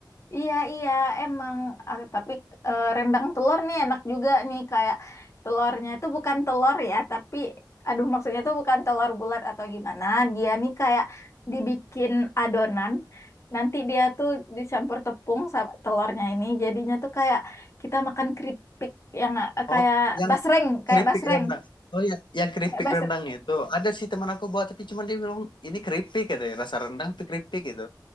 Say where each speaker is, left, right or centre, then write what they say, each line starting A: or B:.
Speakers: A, on the left (about 40°); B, on the left (about 85°).
A: Iya, iya, emang. Ah, tapi eh, rendang telur nih enak juga nih. Kayak telurnya itu bukan telur ya, tapi aduh maksudnya itu bukan telur bulat atau gimana. Dia nih kayak dibikin adonan. Nanti dia tuh dicampur tepung sama telurnya ini. Jadinya tuh kayak kita makan keripik yang eh,
B: oh
A: kayak
B: yang
A: basreng, kayak
B: keripik
A: basreng.
B: rendang. Oh iya, yang keripik
A: Kayak basreng
B: rendang itu ada sih teman aku buat tapi cuman dia bilang ini keripik katanya rasa rendang tapi keripik gitu.